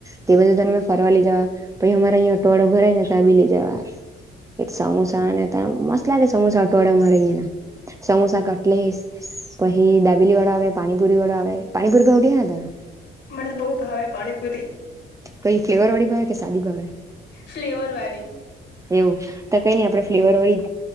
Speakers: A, on the right (about 15°); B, on the left (about 60°).
A: તે બધું તમે ફરવા લે જવા, પહિ અમારા અયા અટવાળો ભરાય ને તા બી લે જવા. એ સમોસાને ત મસ્ત લાગે સમોસા અટવાડા માં મારે અહીંના. સમોસા કટલેસ, પહિ દાબીલી વાળો આવે પાણીપુરી વાળો આવે પાણીપુરી ભાવતી અહે ને તને?
B: મને તો બો ભાવે પાણીપુરી.
A: કઈ ફ્લેવર વાળી ભાવે કે સાદી ભાવે
B: ફ્લેવર વાળી.
A: એવું તો કઈ નઈ આપડે ફ્લેવર વાળી